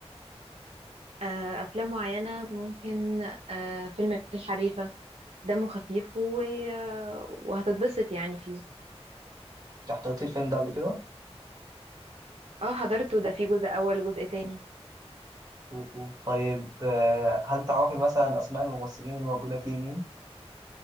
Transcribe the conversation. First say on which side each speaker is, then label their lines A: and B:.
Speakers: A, on the right; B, on the right.
A: آه افلام معينة ممكن آه فيلم الحريفة دمه خفيف و... آه، وهتتبسط يعني فيه
B: انت حضرتي الفيلم ده قبل كده
A: اه حضرته ده فيه جزء اول وجزء تاني
B: أوه. طيب آه، هل تعرفي مثلا اسماء الممثلين الموجوده فيه مين